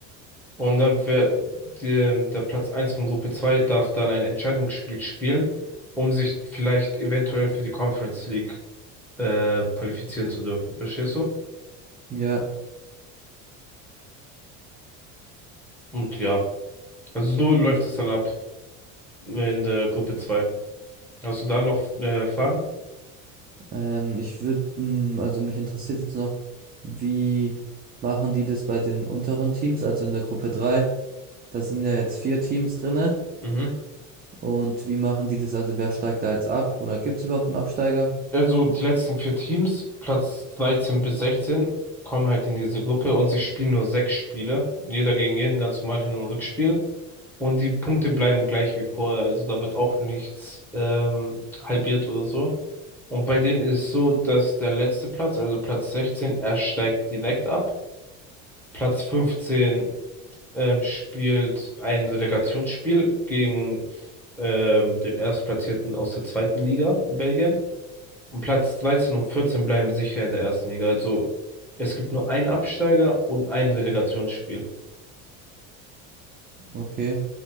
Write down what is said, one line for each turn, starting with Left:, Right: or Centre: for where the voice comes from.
Centre: Und dann wer die, ähm, der Platz eins von Gruppe 2 darf dann ein Entscheidungsspiel spielen, um sich vielleicht eventuell für die Conference League äh, qualifizieren zu dürfen. Verstehst du?
Right: Ja,
Centre: Und ja, also so läuft es dann ab in der Gruppe zwei Hast du da noch äh, Fragen?
Right: ähm, ich würde, also mich interessiert jetzt noch, wie machen die das bei den unteren Teams, also in der Gruppe drei Da sind ja jetzt vier Teams drinne.
Centre: Mhm.
Right: Und wie machen die das? Also wer steigt da jetzt ab? Oder gibt es überhaupt einen Absteiger?
Centre: also die letzten vier Teams, Platz 13 bis 16, kommen halt in diese Gruppe und sie spielen nur sechs Spiele. Jeder gegen jeden, ganz normal Hin- und Rückspiel. Und die Punkte bleiben gleich wie vorher. Also da wird auch nichts ähm, halbiert oder so. Und bei denen ist so, dass der letzte Platz, also Platz 16, er steigt direkt ab. Platz 15 ähm, spielt ein Relegationsspiel gegen ähm, den Erstplatzierten aus der zweiten Liga in Belgien. Und Platz 13 und 14 bleiben sicher in der ersten Liga. Also es gibt nur einen Absteiger und ein Relegationsspiel.
Right: Okay.